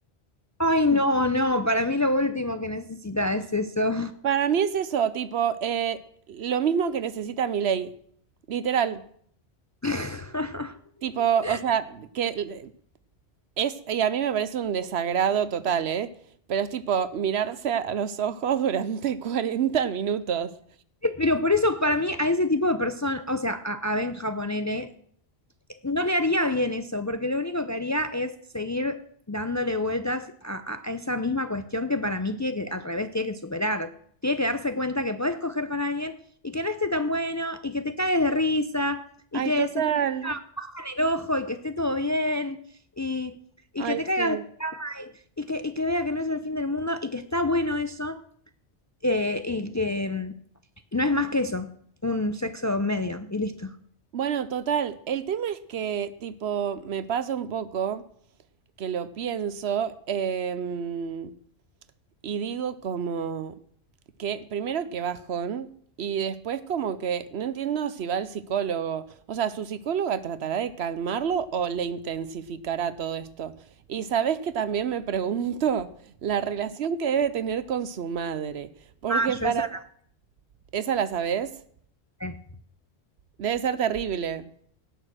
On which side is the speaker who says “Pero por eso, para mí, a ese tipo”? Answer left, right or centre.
Left